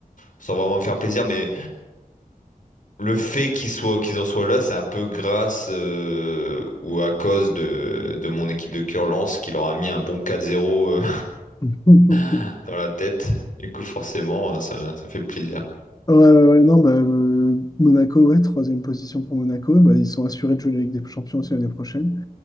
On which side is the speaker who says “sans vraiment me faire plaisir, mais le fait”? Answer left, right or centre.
Left